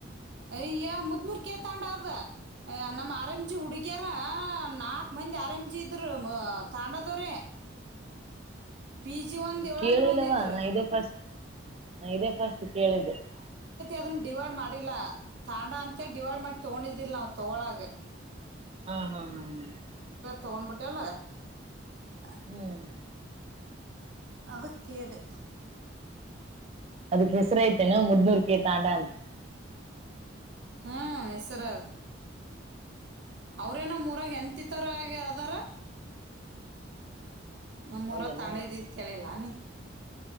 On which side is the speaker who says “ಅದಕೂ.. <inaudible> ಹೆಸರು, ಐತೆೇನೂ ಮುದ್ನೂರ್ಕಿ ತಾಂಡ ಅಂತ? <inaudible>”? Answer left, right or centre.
Right